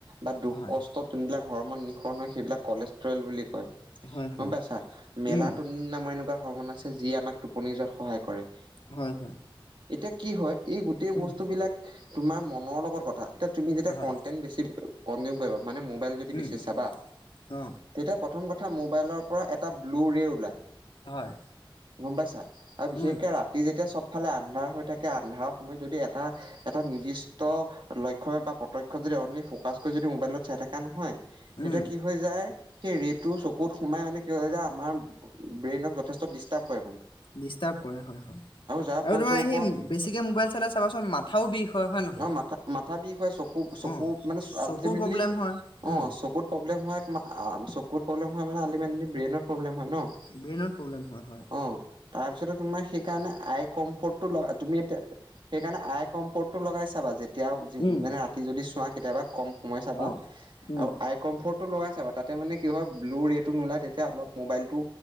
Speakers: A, on the right; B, on the left.
A: বা দুখ
B: হয়
A: কষ্টত যোনবিলাক হৰ্মন নিসৰণ হয়, সেইবিলাক কলেষ্টল বুলি কয়।
B: হয় হয়
A: গম পাইছা? মেলা
B: উম
A: টোন নামৰ এনেকুৱা হৰমন আছে যিয় আমাক টোপনি যোৱাত সহায় কৰে।
B: হয় হয়
A: এতিয়া কি হয়, এই গোটেই
B: উম
A: বস্তু বিলাক তোমাৰ মনৰ লগত কথা। এতিয়া তুমি যেতিয়া
B: হয়
A: কটেন্ট বেছি কনজিওম কৰিবা মানে মোবাইল যদি
B: উম
A: বেছি চাবা,
B: অ
A: তেতিয়া প্ৰথম কথা থা মোবাইলৰ পৰা এটা ব্লু ৰে ওলায়
B: হয়।
A: গম পাইছা আৰু বিশেষকে
B: উম
A: ৰাতি যেতিয়া চব ফালে আন্ধাৰ হৈ থাকে আন্ধাৰৰ সময়ত যদি এটা এটা নিৰ্দিষ্ট লক্ষ্য বা প্ৰতক্ষ্য যদি যে অনলি ফকাচ কৰি যদি মোবাইলত চাই থকা নহয় তেতিয়া
B: উম
A: কি হৈ যায় সেই ৰে টো চকুত সোমাই মানে কি হয় যে আমাৰ ব্ৰেইনক যথেষ্ট ডিষ্টাৰ্ব কৰে মানে।
B: ডিৰ্ষ্টাব কৰে হয় হয়,
A: যাৰ
B: আৰু
A: ফলস্বৰূপত
B: তোমাৰ সেই বেছিকে মোবাইল চালে চাবাচোন মাথাও বিষ হয় হয় নহয়
A: অ', মাথা-মাথা বিষ হয় চ কু-চকু
B: অ
A: মানে আলটিমেতলি
B: চকুৰ প্ৰব্লেম হয়
A: অ',
B: উম
A: চকুত প্ৰবলেম হয় চকুত প্ৰব্লেম হয় মানে আলটিমেতলি ব্ৰেইনত প্ৰবলেম হয় ন',
B: ব্ৰেইনত প্ৰব্লেম হয় হয়
A: অ', তাৰপাছতে তুমাৰ সেইকাৰণে আই কমফৰ্ট টো লগা তুমি এতিয়া সেইকাৰণে আই কমফৰ্ট টো লগাই চাবা। এতিয়াও
B: উম
A: মানে ৰাতি যদি চোৱা কেতিয়াবা কম সময় চাবা
B: অ উম
A: আৰু আই কমফৰ্ট টো লগাই চাবা তাতে মানে কি হয় ব্লু ৰে টো নোলাই তেতিয়া অলপ মোবাইলটো